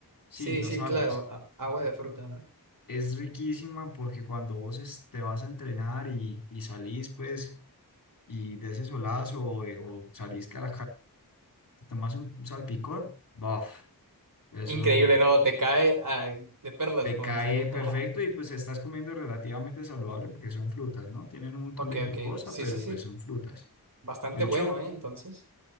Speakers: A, on the left; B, on the right.
A: Sí,
B: sí,
A: las
B: sí,
A: aguas.
B: claro, a- agua de fruta, ¿no?
A: Es riquísima porque cuando vos es- te vas a entrenar y, y salís, pues, y de ese solazo o, eh, o salís que al te tomas un salpicón, ¡buf! Eso
B: Increíble, no, te cae ah, de perlas,
A: te
B: como
A: cae
B: dicen.
A: perfecto
B: <laughs>
A: y pues estás comiendo relativamente saludable porque son frutas, ¿no? Tienen un montón
B: Ok,
A: de glucosa,
B: ok, sí,
A: pero
B: sí, sí,
A: pues son frutas.
B: bastante
A: De hecho,
B: bueno, ¿eh? Entonces,